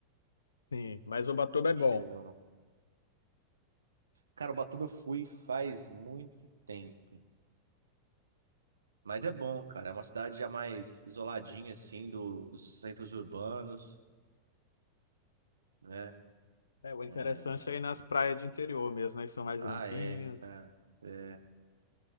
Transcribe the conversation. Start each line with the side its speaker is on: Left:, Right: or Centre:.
Left: Sim, mas Ubatuba
Right: Não
Left: é
Right: achei
Left: bom.
Right: legal, não. Cara, Ubatuba eu fui faz muito tempo. Mas é bom, cara. É uma cidade já mais isoladinha, assim, do, dos centros urbanos, né?
Left: É, o interessante
Right: É...
Left: é ir nas praias de interior mesmo, né? Que são mais
Right: Ah,
Left: limpinhas.
Right: é, cara. É,